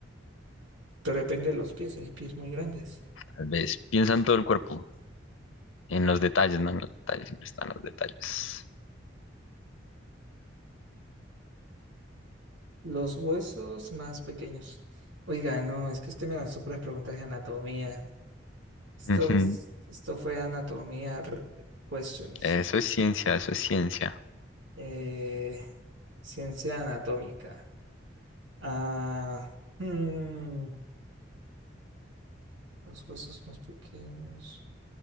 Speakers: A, on the right; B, on the left.
A: pero depende de los pies. Hay pies muy grandes.
B: tal vez piensa en todo el cuerpo, en los detalles, no en los detalles, siempre están los detalles.
A: Los huesos más pequeños. Oiga, no, es que usted me lanzó puras preguntas de anatomía. Esto,
B: Ujú.
A: es- esto fue anatomía r- questions.
B: Eso es ciencia, eso es ciencia.
A: Eh, ciencia anatómica. Ah, hmm, los huesos más pequeños.